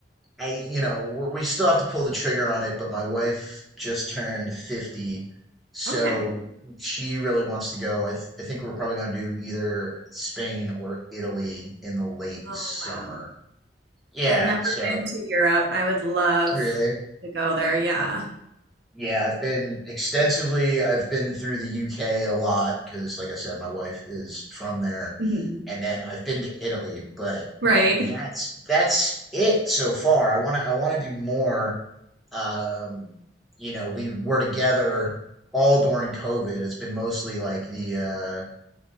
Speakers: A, in the centre; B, on the right.
A: I, you know, w- we still have to pull the trigger on it. But my wife just turned 50, so
B: Okay.
A: she really wants to go. I th I think we're probably going to do either Spain or Italy in the late
B: Oh,
A: summer.
B: wow.
A: Yeah,
B: I've never
A: so
B: been to Europe. I would love
A: really.
B: to go there. Yeah.
A: Yeah, I've been extensively. I've been through the UK a lot because, like I said, my wife is from there,
B: hmm
A: and then I've been to Italy, but
B: Right.
A: that's that's it so far. I want to I want to do more. Um, you know, we were together all during COVID. It's been mostly like the uh